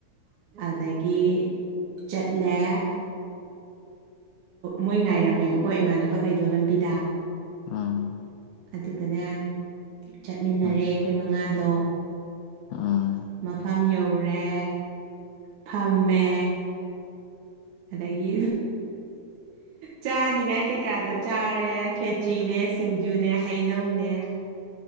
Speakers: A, on the right (about 80°); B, on the left (about 85°).
A: ꯑꯗꯒꯤ ꯆꯠꯂꯦ ꯃꯣꯏ ꯉꯥꯏꯔꯝꯃꯦꯕꯀꯣ ꯏꯃꯥꯟꯅꯕꯈꯩꯗꯣ ꯂꯝꯕꯤꯗ
B: ꯎꯝ
A: ꯑꯗꯨꯒꯅꯦ ꯆꯠꯃꯤꯟꯅꯔꯦ
B: ꯎꯝ
A: ꯑꯩꯈꯣꯏ ꯃꯉꯥꯗꯣ
B: ꯎꯝ
A: ꯃꯐꯝ ꯌꯧꯔꯦ ꯐꯝꯃꯦ ꯑꯗꯒꯤ ꯆꯥꯅꯤꯡꯉꯥꯏ ꯀꯩꯀꯥꯗꫭ ꯆꯥꯔꯦ ꯈꯦꯆ꯭ꯔꯤꯅꯦ ꯁꯤꯡꯖꯨꯅꯦ ꯍꯩꯅꯧꯅꯦ